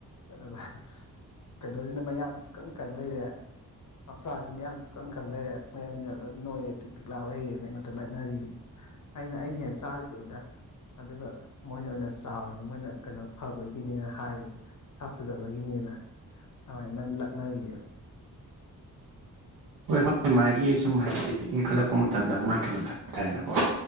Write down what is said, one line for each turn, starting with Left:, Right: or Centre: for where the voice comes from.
Left: ꯑꯥ ꯀꯩꯅꯣꯁꯤꯅ ꯃꯌꯥꯡ ꯄꯨꯀꯪ ꯀꯪ ꯂꯩꯔꯦ ꯃꯈꯨꯔꯥꯁꯤꯅ ꯃꯌꯥꯡ ꯄꯨꯛꯀꯪ ꯈꯪ ꯂꯩꯔꯦ ꯃꯣꯏ ꯑꯅꯤꯅ ꯂꯣꯏ ꯅꯣꯏꯔꯦ ꯇꯤꯛ ꯇꯤꯛ ꯂꯥꯎ ꯂꯩꯔꯦꯅ ꯑꯩꯉꯣꯟꯗ ꯂꯛꯅꯔꯤꯌꯦ ꯑꯩꯅ ꯑꯩꯅ ꯍꯦꯟꯅ ꯆꯥꯔꯤ ꯄꯣꯠꯅꯤꯗ ꯑꯗꯨꯒ ꯃꯣꯏꯅ ꯑꯣꯏꯅ ꯆꯥꯎꯔꯤꯅꯤ ꯃꯣꯏꯅ ꯀꯩꯅꯣ ꯐꯕꯒꯤꯅꯦꯅ ꯍꯥꯏꯔꯦ ꯃꯁꯥ ꯐꯖꯕꯒꯤ ꯒꯤꯅꯦꯅ ꯑꯗꯨꯃꯥꯏꯅ ꯂꯛꯅꯔꯤꯑꯦ
Right: ꯃꯥ ꯃꯥꯏꯒꯤ ꯁꯨꯝ ꯍꯥꯏꯕꯗꯤ ꯏꯟꯈꯠꯂꯛꯄ ꯃꯇꯝꯗ ꯃꯥꯏ ꯀꯩꯅꯣꯗ ꯍꯥꯏ ꯇꯔꯦꯅꯦꯀꯣ